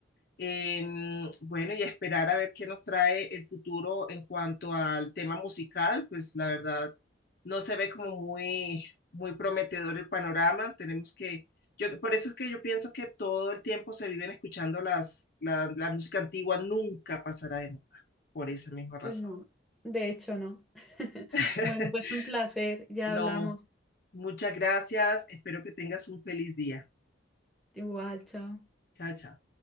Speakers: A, on the left; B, in the centre.
A: Em, bueno, y esperar a ver qué nos trae el futuro en cuanto al tema musical, pues la verdad no se ve como muy, muy prometedor el panorama. Tenemos que, yo, por eso es que yo pienso que todo el tiempo se viven escuchando las, la la música antigua, nunca pasará de moda, por esa misma razón.
B: Pues no, de hecho no. <laughs>
A: <laughs>
B: Bueno, pues un placer, ya
A: No,
B: hablamos.
A: muchas gracias. Espero que tengas un feliz día.
B: Igual, chao.
A: Chao, chao.